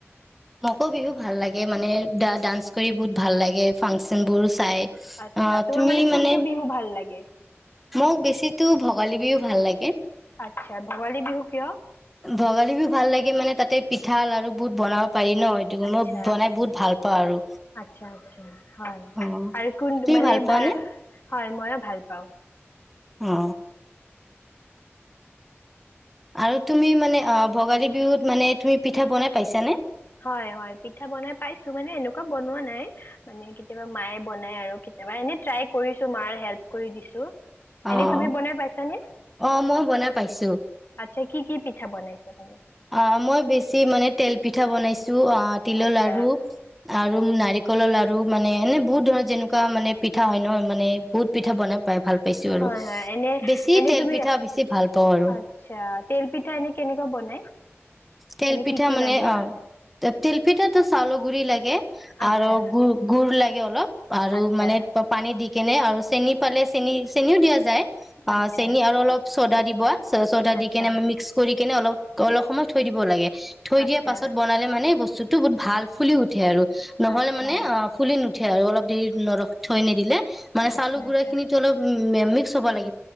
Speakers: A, in the centre; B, on the left.
A: মোকো বিহু ভাল লাগে মানে দা ডান্স কৰি বহুত ভাল লাগে ফাংচন বোৰ চাই
B: আচ্ছা
A: অ
B: তোমাক
A: তুমি
B: কোনটো
A: মানে
B: বিহু ভাল লাগে
A: মোক বেছি তো ভোগালী বিহু ভাল লাগে
B: আচ্ছা ভৱালী বিহু কিয়
A: ভগালী বিহু ভাল লাগে মানে তাতে পিঠা লাৰ়ু বহুত বনাওঁ পাৰি ন সেইটো
B: আচ্ছা
A: মই বনাই বহুত ভাল পাও আৰু
B: আচ্ছা আচ্ছা হয়
A: অ
B: আৰু কোন
A: তুমি
B: মানে
A: ভাল পোৱাানে
B: ভা হয় মইয়ো ভাল পাওঁ
A: অ আৰু তুমি মানে অ ভোগালী বিহুত মানে তুমি পিঠা বনাই পাইছানে
B: হয় হয় পিঠা বনাই পাইছো মানে এনেকোৱা বনোৱা নাই মানে কেতিয়াবা মাই বনাই আৰু কেতিয়াবা এনে ট্ৰাই কৰিছো মাৰ হেল্প কৰি দিছো
A: অ'।
B: এনে তুমি বনাই পাইছানে
A: অ মই বনাই পাইছো
B: আচ্ছা কি কি পিঠা বনাইছা তুমি
A: অ মই বেছি মানে তেল পিঠা বনাইছো অ তিলৰ
B: আচ্ছা
A: লাৰু
B: হয়
A: আৰু নাৰিকলৰ লাৰু মানে এনে বহুত যেনেকোৱা মানে পিঠা হয় ন মানে বহুত পিঠা বনাই পাই ভাল পাইছো আৰু
B: হয় হয় এনে এনে
A: বেছি
B: এনেই
A: তেল
B: তুমি
A: পিঠা বেছি ভাল পাওঁ আৰু
B: আচ্ছা তেল পিঠা এনে কেনেকোৱা বনাই
A: তেলপিঠা
B: এনে কি কি
A: মানে
B: লাগে
A: অ
B: হয়
A: তেলপিঠাটো চ আলু গুৰি লাগে
B: আচ্ছা
A: আৰু গু গু়ড় লাগে অলপ আৰু
B: আচ্ছা
A: মানে পানী দি কেনে আৰু চেনি পালে চেনি চেনিও দিয়া যায় অ
B: আচ্ছা
A: চেনি আৰু অলপ চডা দিব চ চৌদা
B: আচ্ছা
A: দি কিনে আমি মিক্স কৰি কিনে অলপ অলপ সময় থৈ দিব লাগে থৈ
B: আচ্ছা
A: দিয়া পাছত বনালে মানে বস্তু বস্তুতটো বহুত ভাল ফুলি উঠে আৰু নহ'লে
B: আচ্ছা
A: মানে অ ফুলি নুঠে আৰু অলপ দেৰি নৰক থৈ নিদিলে মানে
B: আচ্ছা
A: চাউলৰ গুড়া
B: আচ্ছা
A: খিনিটো অলপ মে মিক্স হ'ব লাগে